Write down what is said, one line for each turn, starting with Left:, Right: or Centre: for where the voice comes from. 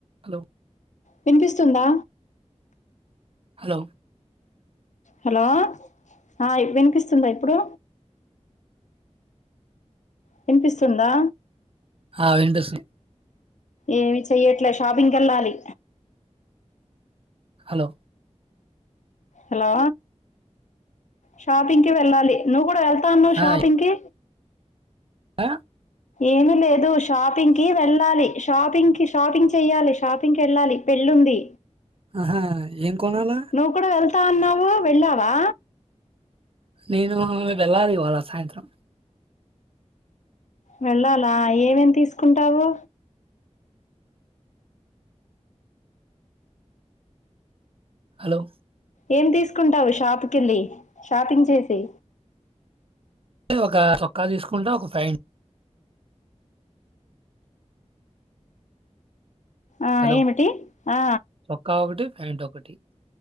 Right: Hello
Left: <inaudible> వినిపిస్తుందా
Right: hello
Left: hello ఆ ఇప్పుడు వినిపిస్తుందా ఇప్పుడు వినిపిస్తుందా
Right: ఆ వినిపిస్తుంది
Left: ఏమి చెయ్యట్లే షాపింగ్కి వెళ్ళాలి
Right: హలో
Left: హలో షాపింగ్ కి వెళ్ళాలి నువ్వు కూడా వె స్తాన్నా షాపింగ్
Right: ఆ,
Left: కి
Right: <inaudible>
Left: ఏమి లేదు షాపింగ్ కి వెళ్ళాలి షాపింగ్కి షాపింగ్ చెయాలి షాపింగ్కి వెళ్ళాలి పెళ్లి ఉంది
Right: ఆహా, ఏం కొనాలా
Left: నువ్వు కూడా వెల్తా త అన్నావు వెళ్లావా
Right: నేను వెళ్ళాలి ఇవాల సాయంత్రం
Left: వెళ్ళాలా ఏమేమి తీసుకుంటావు
Right: హలో
Left: ఏం తీసుకుంటావు షాపుకిళ్ళి షాపింగ్ చేసి
Right: ఒక సొక్కా తీసుకుంటా ఒక ఫాంట్
Left: ఆ
Right: హలో
Left: ఏమిటి ఆ
Right: చొక్కా ఒకటి ప్యాంట్ ఒకటి